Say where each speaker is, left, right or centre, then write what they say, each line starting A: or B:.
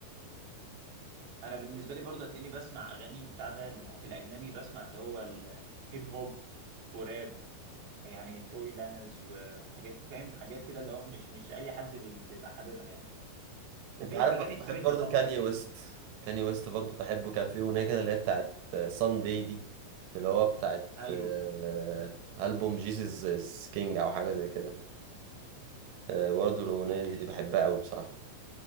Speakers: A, on the right; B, on the right.
A: انا بالنسبة لي برضو هتلاقيني بسمع اغاني بتاع ده ال- في الاجنبي بسمع اللي هو الهيب هوب وراب يعني تروي لانز وحاجات فاهم حاجات كده اللي هو مش مش اي حد بي- بيبقى حاببها يعني وفي
B: انت عارف
A: اغاني الترند
B: بحب برضو
A: طبعا
B: كاني ويست
A: اكيد
B: كاني ويست برضو بحبه كان فيه اغنيه كده اللي هي بتاعت سان داي دي اللي هو بتاعت
A: ايوه
B: آه، البوم جيسس از كينج او حاجه زي كده آه، برضو الاغنيه دي بحبها قوي بصراحه